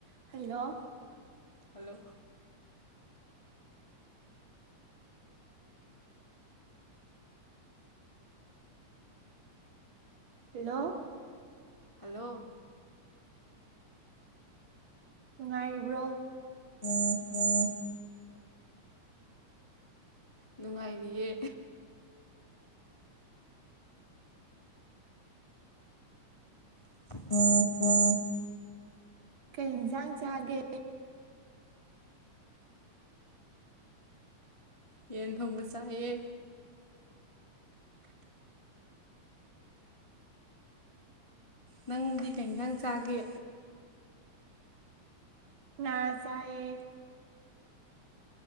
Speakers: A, on the right; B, on the left.
A: Hello
B: hello
A: hello
B: hello
A: ꯅꯨꯡꯉꯥꯏꯔꯤꯕ꯭ꯔꯣ
B: ꯎꯝ ꯎꯝ ꯅꯨꯡꯉꯥꯏꯔꯤꯌꯦ ꯑꯣ ꯑꯣ
A: ꯀꯩ ꯏꯟꯁꯥꯡ ꯆꯥꯒꯦ꯫
B: ꯌꯦꯟ ꯊꯣꯡꯕ ꯆꯥꯏꯑ꯫ ꯅꯪꯗꯤ ꯀꯩꯒ ꯆꯥꯒꯦ꯫
A: ꯉ ꯆꯑꯌꯦ꯫